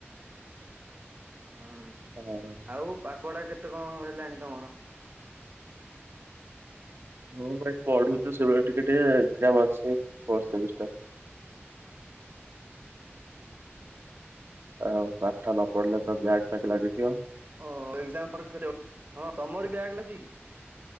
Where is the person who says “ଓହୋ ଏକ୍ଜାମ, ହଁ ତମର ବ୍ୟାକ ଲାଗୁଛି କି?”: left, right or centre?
Right